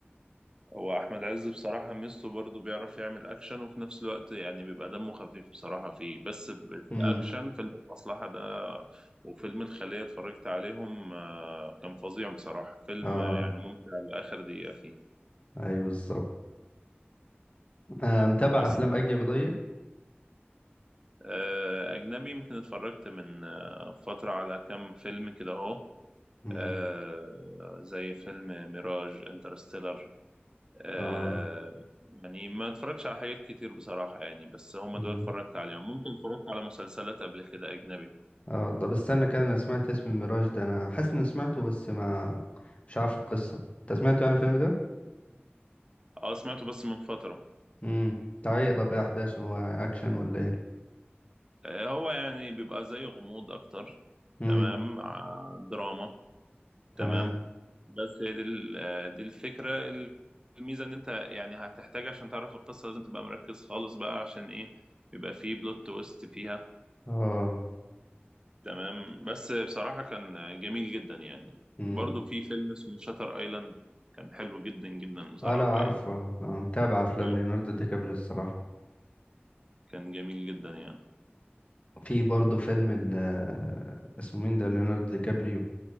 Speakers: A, on the right; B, on the left.
A: هو احمد عز بصراحه ميزته برضه بيعرف يعمل اكشن وفي نفس الوقت يعني بيبقى دمه خفيف بصراحه فيه بس ب- في
B: امم
A: الاكشن فيلم المصلحه ده وفيلم الخليه اتفرجت عليهم آه، كان فظيع بصراحه فيلم
B: اه
A: آه، يعني ممتع لاخر دقيقه فيه
B: ايوه بالظبط آه متابع
A: بس
B: افلام اجنبي طيب
A: آه، اجنبي يمكن اتفرجت من آه، فتره على كام فيلم كده اهو
B: امم
A: آه، زي فيلم ميراج انترستيلر آه
B: اه
A: يعني ما اتفرجتش على حاجات كتير بصراحة يعني بس هما
B: امم
A: دول اتفرجت عليهم ممكن اتفرجت على مسلسلات قبل كده أجنبي
B: اه طب استنى كده انا سمعت اسم ميراج ده انا حاسس اني سمعته بس ما مش عارف القصه انت سمعته يعني الفيلم ده
A: اه سمعته بس من فترة
B: امم تعيق طب ايه احداثه هو اكشن ولا ايه
A: آه هو يعني بيبقى زي غموض أكتر
B: امم
A: تمام ع- دراما
B: تمام
A: تمام بس هي دي ال- آه، دي الفكرة الميزة إن أنت يعني هتحتاج عشان تعرف القصة لازم تبقى مركز خالص بقى عشان إيه بيبقى فيه بلوت تويست فيها
B: اه
A: تمام بس بصراحة كان جميل جدا يعني
B: امم
A: برضو في فيلم اسمه شاتر ايلاند كان حلو جدا جدا بصراحة
B: اه لا عارفه
A: يعني
B: آه متابع افلام
A: اه
B: ليوناردو دي كابريو الصراحه
A: كان جميل جدا يعني
B: في برضه فيلم ال اسمه مين ده ليوناردو دي كابريو